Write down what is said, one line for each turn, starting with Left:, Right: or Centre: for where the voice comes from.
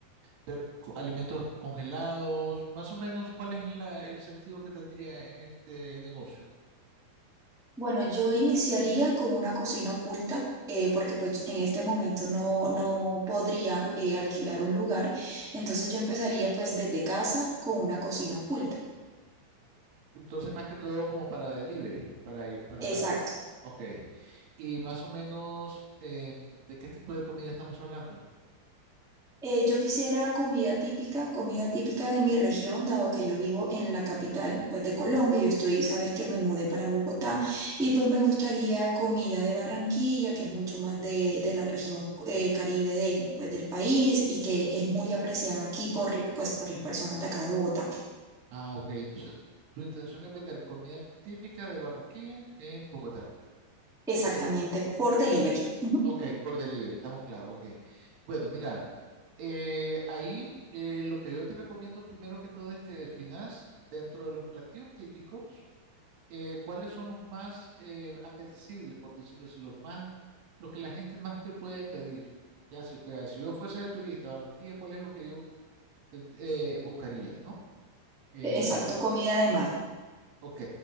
Right: pe- co- alimentos congelados, más o menos cuál es la- el sentido que tendría en este negocio.
Centre: Bueno, yo iniciaría con una cocina oculta, eh, porque pues en este momento no, no podría eh, alquilar un lugar, entonces yo empezaría pues desde casa con una cocina oculta.
Right: Entonces, más que todo como para delivery, para, i- para,
Centre: Exacto.
Right: ok. Y más o menos, em, ¿de qué tipo de comida estamos hablando?
Centre: Eh, yo quisiera comida típica, comida típica de mi región, dado que yo vivo en la capital, pues de Colombia. Yo estoy, sabes que me mudé para Bogotá y pues me gustaría comida de Barranquilla, que es mucho más de, de la región eh, Caribe de, pues, del país y que es muy apreciada aquí por, pues, por las personas de acá de Bogotá.
Right: Ah, ok. Entonces, tu intención es vender comida típica de Barranquilla en Bogotá.
Centre: Exactamente,
Right: Así es.
Centre: por delivery. Ujú.
Right: Ok, por delivery, estamos claros, ok. Bueno, mira, eh, ahí eh, lo que yo te recomiendo primero que todo es que definas dentro de los platillos típicos eh, cuáles son los más eh, apetecibles, por decirlo así, los más, los que la gente más te puede pedir. Ya sé que si yo fuese de turista a Barranquilla, ¿cuál es lo que yo ten- eh, buscaría, ¿no? Eh,
Centre: Exacto, comida de mar.
Right: Ok,